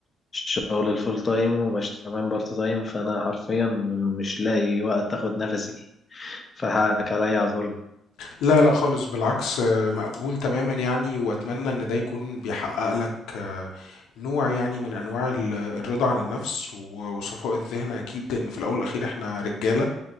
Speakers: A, on the left; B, on the left.
A: الشغل الفول تايم وبشتغل كمان بارت تايم فانا حرفيا مش لاقي وقت اخد نفسي فحقك عليا اعذرني
B: لا لا خالص بالعكس آه، مقبول تماما يعني واتمنى ان ده يكون بيحقق لك آه، نوع يعني من انواع ال- الرضا عن النفس و- وصفاء الذهن اكيد لان في الاول والاخير احنا رجالة